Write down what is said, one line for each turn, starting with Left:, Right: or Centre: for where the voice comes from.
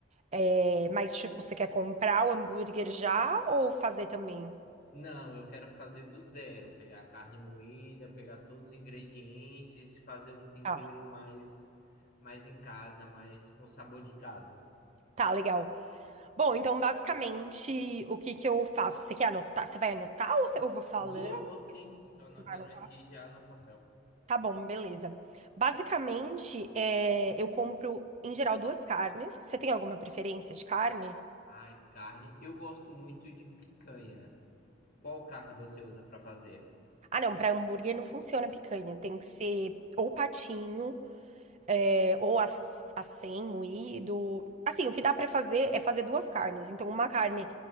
Right: É, mas, tipo, você quer comprar o hambúrguer já ou fazer também?
Left: Não, eu quero fazer do zero, pegar carne moída, pegar todos os ingredientes, fazer um tempero
Right: Ah,
Left: mais mais em casa, mais com sabor de casa.
Right: tá, legal. Bom, então, basicamente, o que que eu faço? Você quer anotar? Você vai anotar ou você- eu vou falando?
Left: Vou, vou sim. Tô anotando
Right: Você vai anotar?
Left: aqui já no papel.
Right: Tá bom, beleza. Basicamente, é, eu compro, em geral, duas carnes. Você tem alguma preferência de carne?
Left: Ai, carne. Eu gosto muito de picanha. Qual carne você usa para fazer?
Right: Ah, não, pra hambúrguer não funciona a picanha. Tem que ser ou patinho, é, ou as- acém, moído. Assim, o que dá pra fazer é fazer duas carnes. Então, uma carne